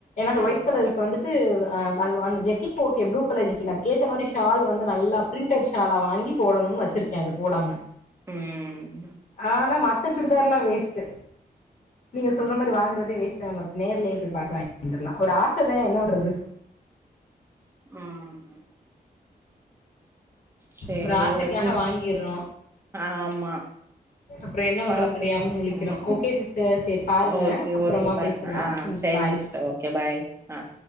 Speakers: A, on the left; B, on the right.
A: அந்த
B: ஓகே
A: ஒயிட் கலருக்கு
B: ஓகே
A: வந்து து அ அந் அந்த ஜெக்கினு ஓகே ப்ளூ கலர் ஜெக் நீங்க அதுக்கேத்த மாதிரி ஷால் வந்து நல்லா பிரிண்டட் ஷாலா வாங்கி போடணோனு வெச்சிருக்கே அது போடாம
B: ம்
A: அனா மத்தசுடிதார்ல்லா வேஸ்ட்டு நீங்க சொல்ற மாரி வாங்கறதே வேஸ்ட்தா நமக் நேர்லே போய் பா்த்து வாங்கில்லாம் ஒரு ஆசதே என்னபன்றது
B: ம் செரி
A: ஒரு ஆசைக்காக
B: ஓகே
A: வாங்கிர்றோ
B: சிஸ்டர் ஆமா
A: அப்றோ என்ன பண்றதுன்னு
B: பாத்துக்கோ
A: தெரியாம முழிக்கிறோ
B: ம்
A: ஓகே சிஸ்டர் சேரி பாருங்க
B: ஓகே
A: அப்றமா
B: ஓகே பாரு
A: பேசலா
B: ஆ
A: ம்
B: செரி
A: பாய்
B: சிஸ்டர் ஓகே பாய் ஆ